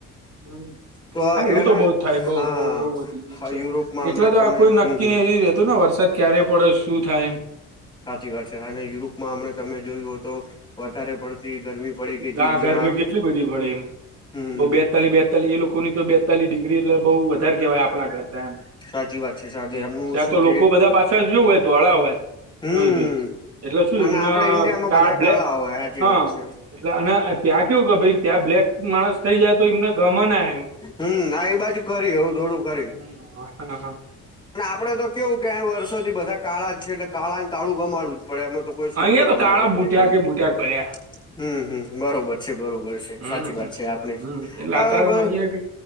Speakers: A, on the right; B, on the left.
A: હમ
B: તો
A: હા એવું
B: એના
A: તો બઉ થાય બઉ
B: હા
A: બઉ વધી ગયું
B: હા
A: છે.
B: યુરોપમાં હમણે
A: એટલે તો
B: તમને
A: આ કોઈ નક્કી
B: હમ હમ
A: નહીં રેતું ને વરસાદ ક્યારે પડે, શું થાય એમ.
B: સાચી વાત છે. અને યુરોપમાં હમણાં તમે જોયું હો તો વધારે પડતી ગરમી પડી ગઈ હતી
A: લા
B: જ્યાં
A: ગરમી કેટલી બધી પડે એમ.
B: હમ
A: બઉ બે બેતાલી બેતાલી એ લોકોની તો બેતાલી ડિગ્રી એટલે બહુ વધારે કેહેવાય આપણા કરતાં એમ.
B: સાચી વાત છે સાથે
A: હમ
B: એમનું
A: ત્યાં
B: શું
A: તો લોકો
B: કે
A: બધા પાછા શું હોય ધોળા હોય.
B: હમ
A: એવું છે. એટલે શું
B: અને
A: એમના
B: આપડે ઈન્ડિયામાં
A: કાળ
B: બધા
A: બ્લે
B: કાળા હોય સાચી
A: હા
B: વાત છે.
A: એટલે અને ત્યાં કેવું કે ભાઈ ત્યાં બ્લેક માણસ થઇ જાય તો એમને ગમ ના એમ.
B: હમ હા એ બાજુ ખરી એવું થોડું ખરી.
A: હમ હા હા
B: અને આપડે તો કેવું કે અહીં વર્ષોથી બધા કાળા જ છે. એટલે કાળાને કાળું ગમાડવું જ પડે એમાં તો કોઈ છૂટકો
A: અહિયાં
B: જ
A: તો
B: નહીં.
A: કાળા બુટ્યા કે બુટ્યા ભર્યા
B: <inaudible> હમ હમ બરોબર છે બરોબર છે
A: હમ
B: સાચી વાત છે. આપણે
A: હમ એટલે
B: આ
A: અતારમાં
B: બ
A: અહિયાં